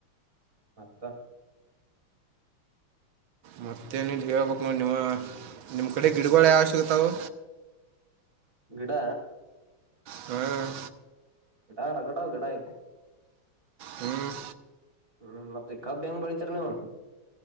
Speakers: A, on the right; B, on the right.
A: ಮತ್ತ,
B: ಮತ್ತೇನಿಲ್ಲ ಹೇಳ್ಬೇಕ್ ನೋಡ್ ನಿವಾ ನಿಮ್ಮ ಕಡೆ
A: ಹ್ಮ
B: ಗಿಡಗಳು ಯಾವ್ ಸಿಗತವು.
A: ಗಿಡ,
B: ಹ್ಮ್,
A: ಗಿಡ ರಗಡಾವ ಗಿಡ ಇಲ್ಲಿ.
B: ಹ್ಮ್.
A: ಹ್ಮ್ ಮತ್ತ ಕಬ್ಬ ಹೆಂಗ್ ಬೆಳೀತೀರಿ ನೀವು.